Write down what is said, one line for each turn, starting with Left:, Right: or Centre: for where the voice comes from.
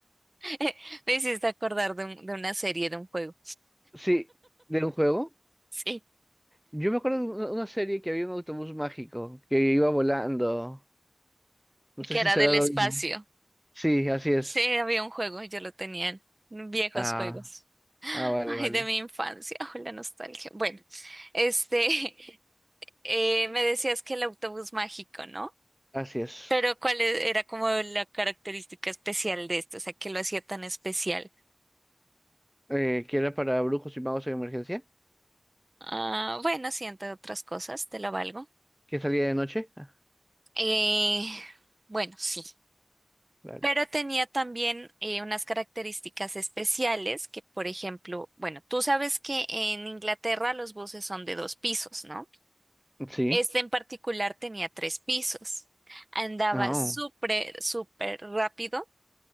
Right: <laughs> Me hiciste acordar de, un- de una serie, de un juego.
Centre: Sí, de un juego.
Right: Sí,
Centre: Yo me acuerdo de una una serie que había un autobús mágico que iba volando. No
Right: que
Centre: sé si
Right: era
Centre: será
Right: del espacio.
Centre: lo mismo. Sí, así es.
Right: Sí, había un juego, yo lo tenía en viejos
Centre: Ah,
Right: juegos.
Centre: ah, vale,
Right: Ay,
Centre: vale.
Right: de mi infancia, <laughs> oh, la nostalgia. Bueno, este, <laughs> eh, me decías que el autobús mágico, ¿no?
Centre: Así es.
Right: Pero ¿cuál e- era como la característica especial de esto? O sea, ¿qué lo hacía tan especial?
Centre: Eh, ¿que era para brujos y magos en emergencia?
Right: Ah, bueno, sí, entre otras cosas, te lo valgo.
Centre: ¿Que salía de noche? Ah,
Right: Eh, bueno, sí.
Centre: vale.
Right: Pero tenía también eh, unas características especiales que, por ejemplo, bueno, tú sabes que en Inglaterra los buses son de dos pisos, ¿no?
Centre: Sí.
Right: Este en particular tenía tres pisos. Andaba
Centre: Ah,
Right: súper,
Centre: oh.
Right: súper rápido